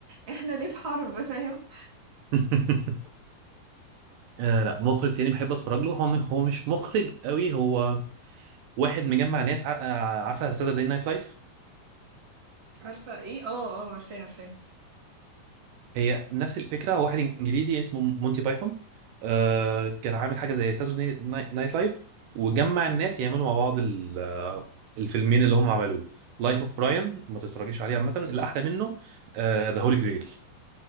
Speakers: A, on the right; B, on the right.
A: احنا ليه في حرب فاهم
B: <laughs> آه لا مخرج تاني بحب اتفرج له هو م- هو مش مخرج قوي هو واحد مجمع ناس عار- آه، عارفه ساتردي نايت لايف
A: عارفة ايه اه اه عارفاه عارفاه
B: هي نفس الفكره واحد انجليزي اسمه مونتي بايثون آه كان عامل حاجه زي ساتورday نايت لايف وجمع الناس يعملوا مع بعض ال- آه، الفيلمين اللي هم عملوه لايف اوف براين ما تتفرجيش عليه عامه الاحلى منه ذا هولي جريل